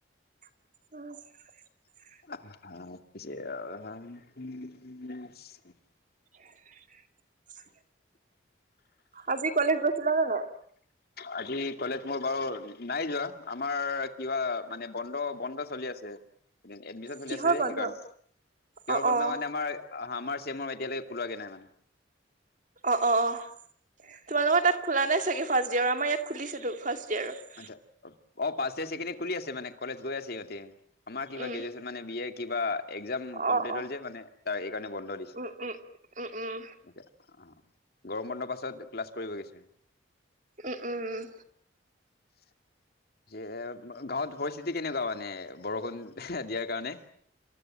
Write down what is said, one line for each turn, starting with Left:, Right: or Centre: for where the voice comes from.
Right: <inaudible>
Left: <unintelligible>
Right: <unintelligible> আজি কলেজ গৈছিলা নে নাই
Left: আজি কলেজ মোৰ বাৰু নাই যোৱা আমাৰ কিবা মানে বন্ধ বন্ধ চলি আছে এডমিশন চলি
Right: কিহৰ
Left: আছে যে
Right: বন্ধ
Left: সেইকাৰণে কিহৰ
Right: অ',
Left: বন্ধ
Right: অ',
Left: মানে আমাৰ আহ আমাৰ চেমৰ এতিয়ালৈকে কোলোৱাগে নাই মানে।
Right: অ অ অ তোমালোকৰ তাত খোলা নাই চাগে ফাৰ্ষ্ট্ইয়াৰৰ আমাৰ ইয়াত খুলিছেটো ফাৰ্ষ্ট ইয়েৰত
Left: আচ্ছা অ ফাষ্টইয়াৰখিনি খুলি আছে মানে কলেজ গৈ আছে সিহঁতি। আমাৰ কিবা
Right: উম
Left: গ্ৰেজুৱেচন মানে বি এ কিবা একজাম কমপ্লিট
Right: অ অ
Left: হ'ল যে মানে তাৰ এই কাৰণে বন্ধ দিছে।
Right: উম উম উম উম
Left: এতিয়া আহ গৰম বন্ধৰ পাছত ক্লাছ কৰিব গৈছে
Right: উম উম উম
Left: <unintelligible> গাঁৱত পৰিস্থিতি কেনেকুৱা মানে বৰষুণ দিয়াৰ কাৰণে